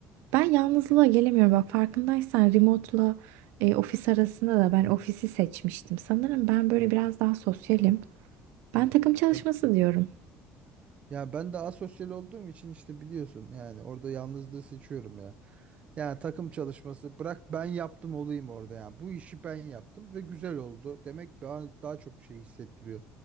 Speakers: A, on the right (about 85°); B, on the right (about 35°).
A: Ben yalnızlığa gelemiyorum. Bak farkındaysan remote'la e, ofis arasında da ben ofisi seçmiştim. Sanırım ben böyle biraz daha sosyalim. Ben takım çalışması
B: Ya,
A: diyorum.
B: ya ben de asosyal olduğum için işte biliyorsun yani orada yalnızlığı seçiyorum ya. Yani takım çalışması bırak ben yaptım olayım orada ya. Bu işi ben yaptım ve güzel oldu. Demek daha, daha çok şey hissettiriyor.